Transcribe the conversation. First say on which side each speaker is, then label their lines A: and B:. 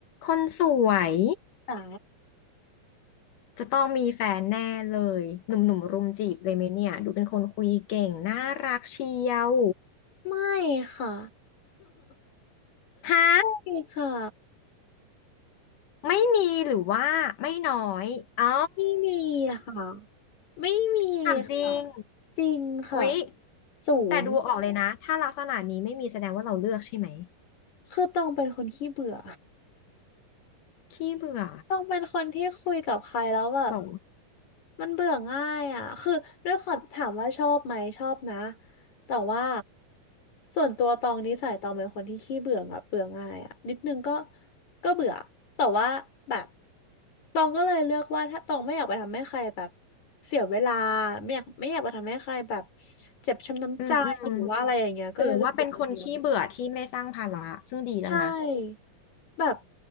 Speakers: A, on the left; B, on the left.
A: คนสวย
B: จ๋า
A: จะต้องมีแฟนแน่เลยหนุ่มๆรุมจีบเลยไหมเนี่ยดูเป็นคนคุยเก่งน่ารักเชียว
B: ไม่ค่ะ <laughs>
A: ฮะ
B: ไม่ค่ะ
A: ไม่มีหรือว่าไม่น้อยอ๋อ
B: ไม่มีค่ะไม่มีค่ะ
A: ถามจริง
B: จริงค่ะ
A: อุ๊ย
B: ศูนย์
A: แต่ดูออกเลยนะถ้าลักษณะนี้ไม่มีแสดงว่าเราเลือกใช่ไหม
B: คือต้องเป็นคนขี้เบื่อ
A: ขี้เบื่อ
B: ต้องเป็นคนที่คุยกับใครแล้วแบบ
A: หรอ
B: มันเบื่อง่ายอ่ะคือด้วยความถามว่าชอบไหมชอบนะ แต่ว่าส่วนตัวตองนิสัยตองเป็นคนที่ขี้เบื่ออ่ะเบื่อง่ายอ่ะนิดนึงก็ก็เบื่อ แต่ว่าแบบตองก็เลยเลือกว่าถ้าตองไม่อยากไปทำให้ใครแบบเสียเวลาไม่อยากไม่อยากไปทำให้ใครแบบเจ็บช้ำน้ำใจหรือว่าอะไรอย่างเงี้ยก็เลยเลือกอยู่คนเดียว
A: อืมอืมถือว่าเป็นคนขี้เบื่อที่ไม่สร้างภาระซึ่งดีแล้วนะ
B: ใช่แบบ